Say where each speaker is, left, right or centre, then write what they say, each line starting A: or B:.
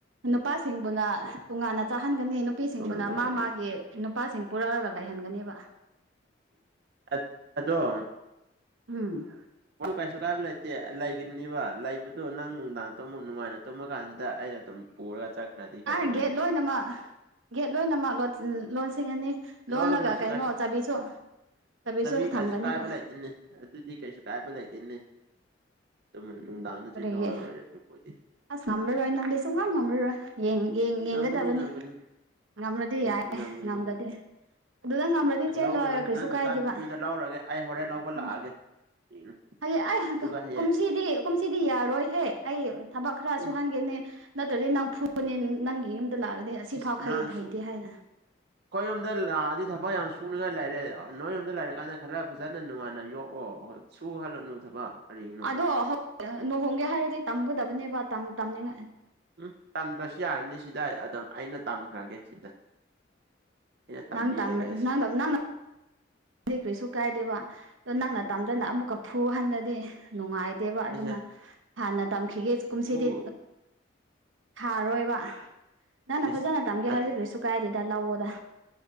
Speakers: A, on the right; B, on the right.
A: ꯅꯨꯄꯥꯁꯤꯡꯕꯨꯅ ꯇꯣꯉꯥꯟꯅ ꯆꯥꯍꯟꯒꯅꯤ ꯅꯨꯞ ꯄꯤꯁꯤꯡꯕꯨꯅ
B: ꯉꯝꯒꯗ꯭ꯔꯅꯤ
A: ꯃꯥ ꯃꯥꯒꯤ ꯅꯨꯄꯥꯁꯤꯡ ꯄꯨꯔꯛꯑꯒ ꯂꯩꯍꯟꯒꯅꯦꯕ꯫
B: ꯑ ꯑꯗꯣ
A: ꯎꯝ꯫
B: ꯑꯣ ꯀꯩꯁꯨ ꯀꯥꯏꯕ ꯂꯩꯇꯦ ꯂꯩꯒꯅꯤꯕ ꯂꯩꯕꯗꯣ ꯅꯪ ꯅꯨꯡꯗꯥꯡ ꯇꯨꯝꯃꯨ ꯅꯨꯡꯉꯥꯏꯅ ꯇꯨꯝꯃ ꯀꯥꯟꯁꯤꯗ ꯑꯩ ꯑꯗꯨꯝ ꯄꯨꯔ ꯆꯠꯈ꯭ꯔꯗꯤ ꯀꯔꯤ
A: ꯑꯥ
B: ꯅꯪ
A: ꯒꯦꯠ ꯂꯣꯏꯅꯃꯛ ꯒꯦꯠ ꯂꯣꯏꯅꯃꯛ ꯂꯣꯟ ꯂꯣꯟꯁꯤꯡꯒꯅꯤ
B: ꯂꯣꯟꯈ꯭ꯔꯁꯨ
A: ꯂꯣꯜꯂꯒ ꯀꯩꯅꯣ
B: ꯀꯩꯁꯨ
A: ꯆꯥꯕꯤꯁꯨ꯫ ꯆꯕꯤꯁꯨ
B: ꯆꯕꯤ
A: ꯊꯝꯒꯅꯦꯕ
B: ꯀꯩꯁꯨ ꯀꯥꯏꯕ ꯂꯩꯇꯦꯅꯦ ꯑꯗꯨꯗꯤ ꯀꯩꯁꯨ ꯀꯥꯏꯕ ꯂꯩꯇꯦꯅꯦ ꯑꯗꯨ ꯅꯨꯡꯗꯥꯡꯗ
A: ꯀꯔꯤꯒꯤ
B: ꯆꯦꯟꯊꯣꯛꯑ ꯂꯣꯏꯔꯦ ꯑꯗꯨꯕꯨꯗꯤ
A: ꯑꯁ ꯉꯝꯃꯔꯣꯏ ꯅꯪꯗꯤ ꯁꯨꯡꯉꯝ ꯉꯝꯃꯔꯣꯏ ꯌꯦꯡ ꯌꯦꯡ ꯌꯦꯡꯒꯗꯕꯅꯦ
B: ꯉꯝꯒꯅꯤ ꯉꯝꯒꯅꯤ
A: ꯉꯝꯃꯗꯤ ꯌꯥꯏꯑꯦ
B: ꯏꯁ ꯉꯝꯒꯅꯤ
A: ꯉꯝꯗ꯭ꯔꯗꯤ
B: ꯉꯝꯒꯅꯤ
A: ꯑꯗꯨꯗ ꯉꯝꯂꯗꯤ ꯆꯦꯜꯂꯣꯕ
B: ꯂꯧꯔꯒꯦ
A: ꯀ꯭ꯔꯤꯁꯨ
B: ꯅꯪ ꯅꯆꯥꯅꯨꯄꯤꯗ
A: ꯀꯥꯏꯗꯦꯕ
B: ꯂꯧꯔꯒꯦ ꯑꯩ ꯍꯣꯔꯦꯟ ꯂꯧꯕ ꯂꯥꯛꯑꯒꯦ
A: ꯎ
B: ꯀꯩꯅꯣ
A: ꯍꯌꯦꯡ ꯑꯩ
B: ꯑꯗꯨꯒ ꯍꯌꯦꯡ
A: ꯀꯨꯝꯁꯤꯗꯤ ꯀꯨꯝꯁꯤꯗꯤ ꯌꯥꯔꯣꯏꯍꯦ ꯑꯩ ꯊꯕꯛ ꯈꯔ ꯁꯨꯍꯟꯒꯦꯅꯦ
B: ꯏ
A: ꯅꯠꯇ꯭ꯔꯗꯤ ꯅꯪ ꯐꯨꯕꯅꯤ ꯅꯪꯒꯤ ꯌꯨꯝꯗ ꯂꯥꯛꯑꯗꯤ ꯑꯁꯤꯐꯥꯎ
B: ꯏꯅꯁꯨꯨ
A: ꯈꯩ ꯍꯩꯇꯦ ꯍꯥꯏꯅ
B: ꯑꯩꯈꯣꯏꯔꯣꯝꯗ ꯂꯥꯛꯑꯗꯤ ꯊꯕꯛ ꯌꯥꯝ ꯁꯨꯅꯉꯥꯏ ꯂꯩꯔꯦ ꯅꯣꯏꯔꯣꯝꯗ ꯂꯩꯔꯀꯥꯟꯗ ꯈꯔ ꯐꯖꯅ ꯅꯨꯡꯉꯥꯏꯅ ꯌꯣꯛꯑꯣ ꯁꯨ ꯍꯥꯜꯂꯨꯅꯨ ꯊꯕꯛ ꯀꯔꯤꯅꯣ
A: ꯑꯗꯣ ꯂꯨꯍꯣꯡꯒꯦ ꯍꯥꯏꯔꯗꯤ ꯇꯝꯒꯗꯕꯅꯦꯕꯅꯤꯡꯉ
B: ꯎꯝ ꯇꯝꯗ꯭ꯔꯁꯨ ꯌꯥꯔꯅꯤ ꯁꯤꯗ ꯑꯗꯨꯝ ꯑꯩꯅ ꯇꯝꯈ꯭ꯔꯒꯦ ꯁꯤꯗ ꯑꯩꯅ ꯇꯝꯕꯤꯔꯒꯦ
A: ꯅꯪ ꯇ
B: ꯁꯤꯗ
A: ꯇ ꯗꯤ ꯀ꯭ꯔꯤꯁꯨ ꯀꯥꯏꯗꯦꯕ ꯑꯗꯣ ꯅꯪꯅ ꯇꯝꯗꯅ ꯑꯃꯨꯛꯀ ꯐꯨ ꯍꯜꯂꯗꯤ ꯅꯨꯡꯉꯥꯏꯇꯦꯕ ꯑꯗꯨꯅ
B: ꯏꯁ
A: ꯍꯥꯟꯅ ꯇꯝꯈꯤꯒꯦ ꯀꯨꯝꯁꯤꯗꯤ
B: ꯏꯐꯨ
A: ꯊꯥꯔꯣꯏꯕ ꯅꯪꯅ
B: ꯏꯁ
A: ꯐꯖꯅ ꯇꯝꯒꯦ
B: ꯑꯗꯨ
A: ꯍꯧꯖꯤꯛ ꯀꯔꯤ ꯁꯨ ꯀꯥꯏꯗꯦꯗ ꯂꯧꯑꯣꯗ